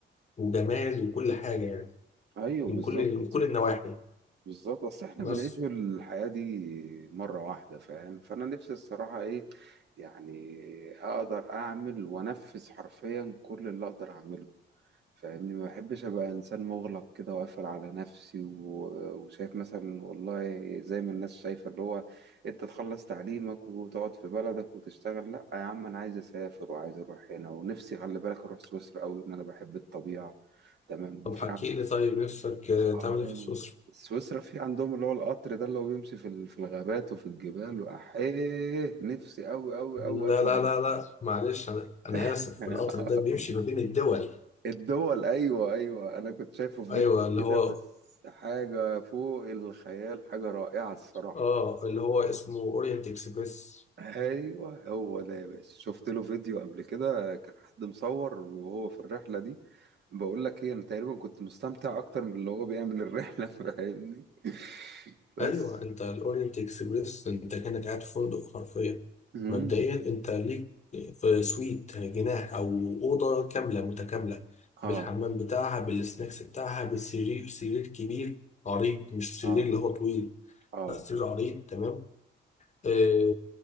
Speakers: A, on the left; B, on the right.
A: وجمال وكل حاجة يعني
B: ايوه
A: من
B: بالظبط
A: كل من كل النواحي
B: بالظبط اصل احنا
A: بس
B: بنعيش الحياة دي مرة واحدة فاهم فانا نفسي الصراحة ايه يعني اقدر اعمل وانفذ حرفيا كل اللي اقدر اعمله فاهمني ما بحبش ابقى انسان مغلق كده وقافل على نفسي و- وشايف مثلا والله زي ما الناس شايفة اللي هو انت تخلص تعليمك وتقعد في بلدك وتشتغل لا يا عم انا عايز اسافر وعايز اروح هنا ونفسي خلي بالك اروح سويسرا قوي ان انا بحب الطبيعة تمام
A: طب
B: وفي
A: حكي لي طيب نفسك آه،
B: اه
A: تعمل ايه في سويسرا؟
B: سويسرا في عندهم اللي هو القطر ده اللي هو بيمشي في ال- في الغابات وفي الجبال واحيه نفسي أوي أوي
A: لا
B: أوي اطلع
A: لا
B: الرحله
A: لا لا معلش انا انا
B: <laughs>
A: اسف القطر ده بيمشي ما بين الدول
B: الدول ايوه ايوه انا كنت شايفه في
A: ايوه
B: فيديو
A: اللي
B: كده
A: هو
B: بس حاجه فوق الخيال حاجه رائعه الصراحه
A: اه اللي هو اسمه اورينت اكسبريس
B: ايوه هو ده يا باشا شفت له فيديو قبل كده كان حد مصور وهو في الرحله دي بقول لك ايه انا تقريبا كنت مستمتع اكتر من اللي هو بيعمل الرحله <laughs> فاهمني بس
A: ايوه انت الاورينت اكسبريس انت كانك قاعد في فندق حرفيا
B: <clears throat>
A: مبدئيا انت ليك في سويت جناح او اوضه كامله متكامله
B: اه
A: بالحمام بتاعها بالسناكس بتاعها بالسرير سرير كبير عريض مش سرير
B: اه
A: اللي هو طويل
B: اه
A: لا سرير عريض تمام إيه